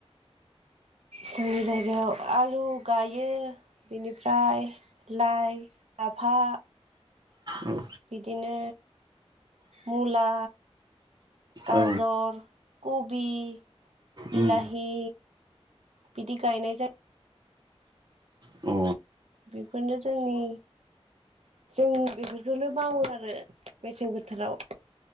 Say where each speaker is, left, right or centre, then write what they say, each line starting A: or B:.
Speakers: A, on the right (about 80°); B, on the right (about 40°).
A: जोंनि जायगायाव आलु गायो बेनिफ्राय लाइ लाफा
B: औ
A: बिदिनो मुला गाजर
B: औ
A: खबि बिलाहि
B: उम
A: बिदि गायनाय जायो
B: अ
A: बेफोरनो जोंनि जों बेफोरखौनो मावो आरो मेसें बोथोराव